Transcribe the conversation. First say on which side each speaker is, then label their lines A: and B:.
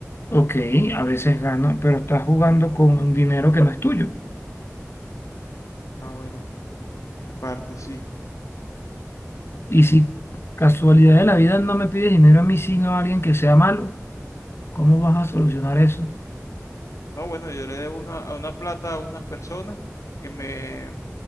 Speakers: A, on the left (about 50°); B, on the left (about 80°).
A: ok, a veces gana, pero estás jugando con un dinero que no es tuyo.
B: Ah, bueno, en parte sí.
A: Y si casualidad de la vida no me pides dinero a mí, sino a alguien que sea malo, ¿cómo vas a solucionar eso?
B: No, bueno, yo le debo una, a una plata a unas personas que me,